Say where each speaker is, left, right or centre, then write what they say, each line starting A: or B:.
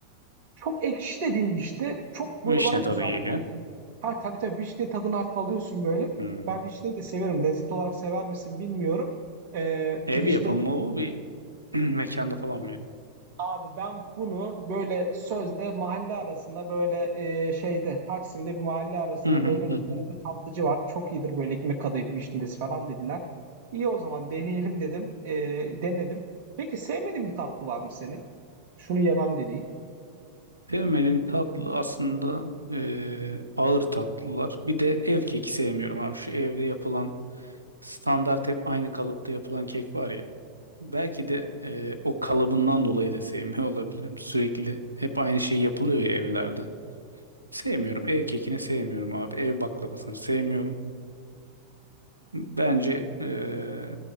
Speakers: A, on the right; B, on the right.
A: Çok ekşi de değil işte. Çok
B: Vişne
A: böyle bana güzel
B: tadı geliyor.
A: geldi. Ha tabii tabii vişne tadını hafif alıyorsun böyle.
B: Hmm.
A: Ben vişneyi de severim. Lezzet olarak sever misin bilmiyorum. Ee,
B: Ev
A: vişne
B: yapımı bu bir <clears throat> mekanda falan mı yedin?
A: abi ben bunu böyle sözde mahalle arasında böyle e, şeyde Taksim'de bir mahalle arasında
B: Hı hı
A: böyle
B: hı.
A: bir
B: hı.
A: yerde tatlıcı var. Çok iyidir böyle ekmek kadayıf vişnesi falan dediler. İyi o zaman deneyelim dedim. Ee, denedim. Peki sevmediğin bir tatlı var mı senin? Şunu yemem dediğin.
B: Sevmediğim tatlı aslında eee, ağır tatlılar. Bir de ev keki sevmiyorum abi. Şu evde yapılan standart hep aynı kalıpta yapılan kek var ya. Belki de e, o kalıbından dolayı da sevmiyor olabilirim. Sürekli hep aynı şey yapılıyor ya evlerde. Sevmiyorum. Ev kekini sevmiyorum abi. Ev baklavasını sevmiyorum. Bence e,